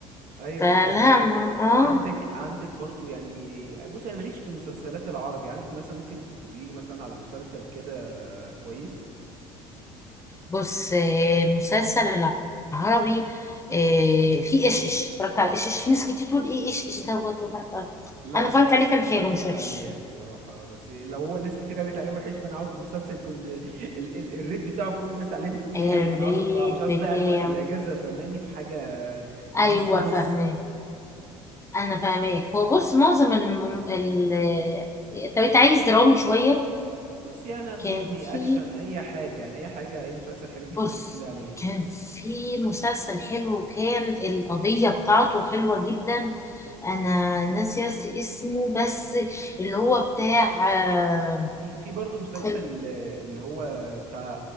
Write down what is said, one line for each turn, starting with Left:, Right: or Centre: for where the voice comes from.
Right: ايوه
Left: فلا
Right: بالظبط يعني
Left: ما اه
Right: وعندك عندك برضو يعني بص انا ماليش في المسلسلات العربي عندك مثلا ممكن تقولي لي مثلا على مسلسل كده كويس
Left: بص آه، مسلسل العربي آه، في ايش ايش اتفرجت على ايش ايش في ناس كتير تقول ايه ايش ايش دوت وده
Right: لا
Left: انا اتفرجت
Right: انا
Left: عليه
Right: ما اتفرجتش
Left: كان حلو مش وحش
Right: عليه يعني الصراحه بس لو هو الناس كتير قالت عليه وحش فانا عاوز مسلسل يكون ال ال الريت بتاعه كل الناس عليه بتكون
Left: الريت
Right: حلو انا عاوز أتف... مش عاوز
Left: بتاعه
Right: اضيع الوقت الاجازه فماني في حاجه
Left: ايوه
Right: نص نص
Left: فاهمه انا فاهماك هو بص معظم الم... ال... طب انت عايز درامي شويه
Right: بصي انا درامي
Left: كان في
Right: اكشن اي حاجه يعني اي حاجه اي مسلسل حلو يجي
Left: بص
Right: في دماغك قول لي عليه
Left: كان في مسلسل حلو كان القضيه بتاعته حلوه جدا انا ناسيه اس- اسمه بس اللي هو بتاع آه،
Right: في في برضه مسلسل
Left: ال-
Right: آه، اللي هو بتاع